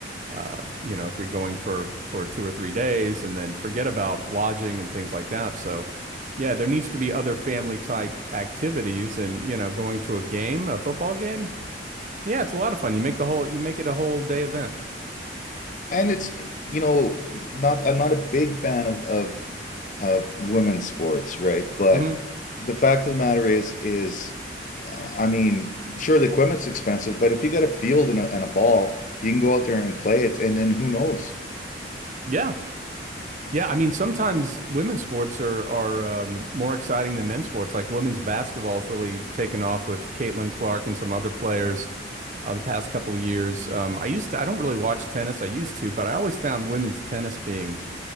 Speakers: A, on the right; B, on the left.
A: uh, you know, if you're going for for two or three days and then forget about lodging and things like that. So, yeah, there needs to be other family type activities and, you know, going to a game, a football game. Yeah, it's a lot of fun. You make the whole you make it a whole day event.
B: And it's, you know, not I'm not a big fan of of of women's sports, right? But
A: hmm
B: the fact of the matter is is I mean, sure the equipment's expensive, but if you got a field and a, and a ball, you can go out there and play it, and then who knows?
A: Yeah. Yeah, I mean, sometimes women's sports are are um, more exciting than men's sports. Like women's basketball's really taken off with Caitlin Clark and some other players uh, the past couple of years. Um, I used to, I don't really watch tennis. I used to, but I always found women's tennis being